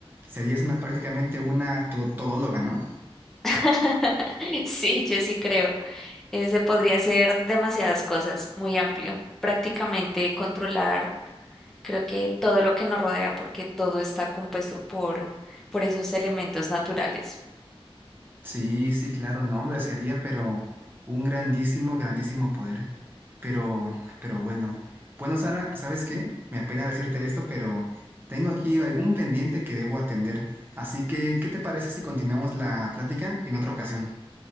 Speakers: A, on the right (about 20°); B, in the centre.
A: Serías una prácticamente una to- todóloga, ¿no?
B: <laughs> Sí, yo sí creo. Ese podría ser demasiadas cosas, muy amplio. Prácticamente controlar, creo que todo lo que nos rodea, porque todo está compuesto por, por esos elementos naturales.
A: Sí, sí, claro, no, hombre, sería, pero un grandísimo, grandísimo poder. Pero, pero bueno. Bueno, Sara, ¿sabes qué? Me apena decirte esto, pero tengo aquí algún pendiente que debo atender. Así que, ¿qué te parece si continuamos la plática en otra ocasión?